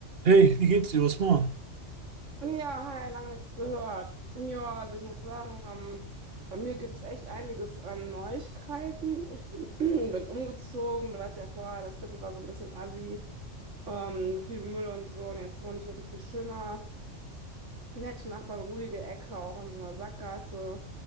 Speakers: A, on the right; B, on the right.
A: Hey, wie geht's dir? Was machen?
B: Ja, hi, lange nichts gehört. Ja, also ich muss sagen, ähm, bei mir gibt es echt einiges an Neuigkeiten. Ich bin, <clears throat> bin umgezogen, du weißt ja vorher, das Viertel war so ein bisschen assi, ähm, viel Müll und so. Und jetzt wohne ich wirklich viel schöner. Nette Nachbarn, ruhige Ecke, auch in so einer Sackgasse,